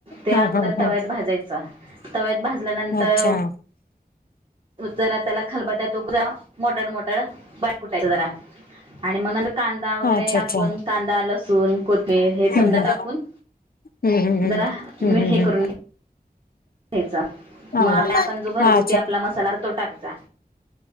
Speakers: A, on the right; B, on the left.
A: ते
B: हा
A: अगोदर
B: हा हा
A: तव्यांत भाजायचं तव्यात भाजल्यानंतर,
B: अच्छा
A: जरा त्यांला खलबत्यांत उघ जा मोठाड मोठं बारीक कुठायंच जरा आणि मगं नंतर कांदा वगैरे
B: हा अच्छा
A: टांकून
B: अच्छा
A: कांदा लसूण, कोथेर हे
B: हम्म
A: समध
B: हम्म
A: टांकून
B: हम्म
A: जरा
B: हम्म
A: मी
B: हम्म
A: हे
B: हम्म
A: करूंन घ्यांयचा
B: हा
A: मगं आपला आपणं जो घरगुती
B: हा
A: आपला मसाला तो टाकायचा